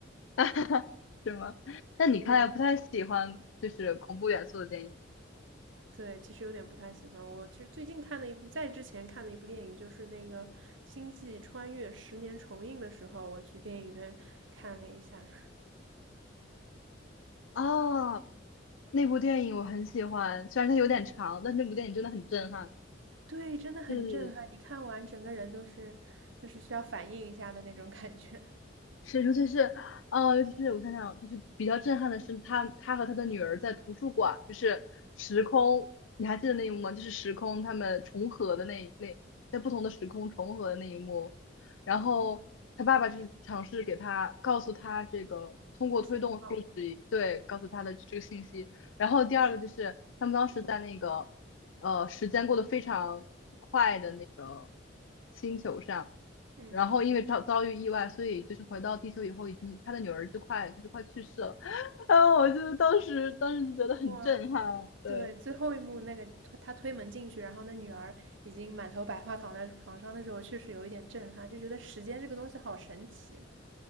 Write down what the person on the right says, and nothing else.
有点对对，其实有点不太喜欢。我其实最近看的一部，在之前看的一部电影就是那个《星际穿越》十年重映的时候，我去电影院看了一下。
对，真的很震撼，
你看完整个人都是都是需要反应一下的那种感觉，
<laughs> 信号。
嗯，
哇，
对，最后一幕那个推他推门进去，然后那女儿已经满头白发躺在床上的时候，确实有一点震撼，就觉得时间这个东西好神奇。